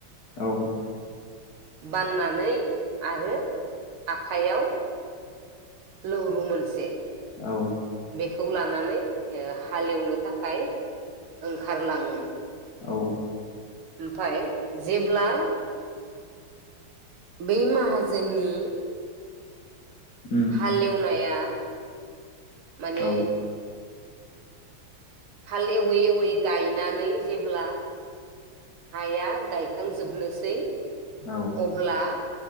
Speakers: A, on the left; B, on the right.
A: औ।
B: बाननानै आरो आखाइयाव लौरु मोनसे।
A: औ।
B: बेखौ लानानै हालेवनो थाखाय ओंखारलाङोमोन।
A: औ।
B: ओमफाय जेब्ला बै माहाजोननि
A: उम
B: हालेवनाया <unintelligible> माने
A: औ
B: हाल एवै एवै गायनानै जेब्ला हाया गायखांजोबनोसै
A: औ
B: अब्ला